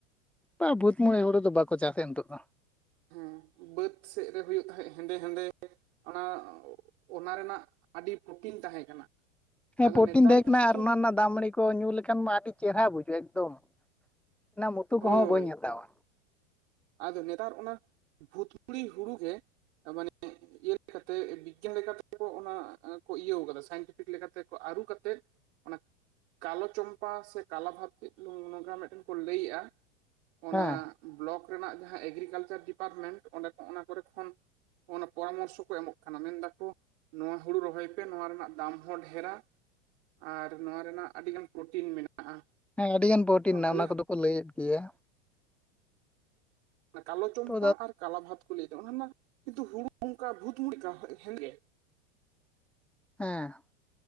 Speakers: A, in the centre; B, on the right.
A: ᱵᱟ ᱵᱷᱩᱛ ᱢᱩᱲᱤ ᱦᱩᱲᱩ ᱫᱚ ᱵᱟᱠᱚ ᱪᱟᱥᱮᱜᱼᱟ ᱱᱤᱛᱳᱚᱜ ᱫᱚ
B: ᱦᱩᱸ ᱵᱟᱹᱫ ᱥᱮᱜ ᱨᱮ ᱦᱩᱭᱩᱜ ᱛᱟᱦᱮᱸᱫ ᱦᱮᱸᱫᱮ ᱦᱮᱸᱫᱮ ᱚᱱᱟ ᱚᱱᱟ ᱨᱮᱱᱟᱜ ᱟᱹᱰᱤ ᱯᱨᱚᱴᱤᱱ ᱛᱟᱦᱮᱸ ᱠᱟᱱᱟ
A: ᱦᱮᱸ
B: ᱟᱫᱚ
A: ᱯᱨᱳᱚᱴᱤᱱ
B: ᱱᱮᱛᱟᱨ
A: ᱫᱚ ᱦᱳᱭᱳᱜ
B: ᱠᱤᱱᱛᱩ
A: ᱠᱟᱱᱟ ᱟᱨ ᱚᱱᱟ ᱨᱮᱱᱟᱜ ᱫᱟᱜᱢᱟᱹᱲᱤ ᱠᱚ ᱧᱩ ᱞᱮᱠᱷᱟᱱ ᱢᱟ ᱟᱹᱰᱤ ᱪᱮᱨᱦᱟ ᱵᱩᱡᱷᱟᱹᱜᱼᱟ ᱮᱠᱫᱚᱢ ᱢᱮᱱᱟᱢ ᱩᱛᱩ
B: ᱦᱳᱭ
A: ᱠᱚᱦᱚᱸ ᱵᱟᱹᱧ ᱦᱟᱛᱟᱣᱟ
B: ᱟᱫᱚ ᱱᱮᱛᱟᱨ ᱚᱱᱟ ᱵᱷᱩᱛ ᱢᱩᱲᱤ ᱦᱩᱲᱩ ᱜᱮ ᱢᱟᱱᱮ ᱤᱭᱟᱹ ᱞᱮᱠᱟᱛᱮ ᱵᱤᱜᱽᱜᱟᱱ ᱞᱮᱠᱟᱛᱮ ᱚᱱᱟ ᱠᱚ ᱤᱭᱟᱹᱣ ᱠᱟᱫᱟ ᱥᱟᱭᱮᱱᱴᱤᱯᱷᱤᱠ ᱞᱮᱠᱟᱛᱮ ᱟᱹᱨᱩ ᱠᱟᱛᱮᱫ ᱚᱱᱟ ᱠᱟᱞᱚ ᱪᱚᱢᱯᱟ ᱥᱮ ᱠᱟᱞᱵᱷᱟᱛᱤ ᱱᱚᱝᱠᱟ ᱢᱤᱫᱴᱮᱱ ᱠᱚ ᱞᱟᱹᱭᱮᱜᱼᱟ ᱚᱱᱟ
A: ᱦᱮᱸ
B: ᱵᱞᱚᱠ ᱨᱮᱱᱟᱜ ᱡᱟᱦᱟᱸ ᱮᱜᱽᱨᱤᱠᱟᱞᱪᱟᱨ ᱰᱤᱯᱟᱨᱢᱮᱱᱴ ᱚᱸᱰᱮ ᱠᱷᱚᱱ ᱚᱱᱟ ᱠᱚᱨᱮ ᱠᱷᱚᱱ ᱚᱱᱟ ᱯᱚᱨᱟᱢᱚᱨᱥᱚ ᱠᱚ ᱮᱢᱚᱜ ᱠᱟᱱᱟ ᱢᱮᱱᱫᱟᱠᱚ ᱱᱚᱣᱟ ᱦᱩᱲᱩ ᱨᱚᱦᱚᱭ ᱯᱮ ᱱᱚᱣᱟ ᱨᱮᱱᱟᱜ ᱫᱟᱢ ᱦᱚᱸ ᱰᱷᱮᱨᱟ ᱟᱨ ᱱᱚᱣᱟ ᱨᱮᱱᱟᱜ ᱟᱹᱰᱤᱜᱟᱱ ᱯᱨᱚᱴᱤᱱ ᱢᱮᱱᱟᱜᱼᱟ
A: ᱦᱮᱸ ᱟᱹᱰᱤ ᱜᱟᱱ ᱯᱨᱳᱴᱤᱱ
B: ᱟᱞᱮ
A: ᱢᱮᱱᱟᱜᱼᱟ ᱚᱱᱟ ᱠᱚᱫᱚ ᱠᱚ ᱞᱟᱹᱭᱮᱫ ᱜᱮᱭᱟ
B: ᱠᱟᱞᱚ ᱪᱚᱢᱯᱟ
A: ᱛᱚ
B: ᱟᱨ ᱠᱟᱞᱚ ᱵᱷᱟᱛ ᱠᱚ ᱞᱟᱹᱭ ᱫᱚ ᱚᱱᱟ ᱢᱟ ᱠᱤᱱᱛᱩ ᱦᱩᱲᱩ ᱚᱱᱠᱟ ᱵᱷᱩᱛ ᱢᱩᱲᱤ ᱠᱟ ᱦᱮᱸᱫᱮ
A: ᱦᱮᱸ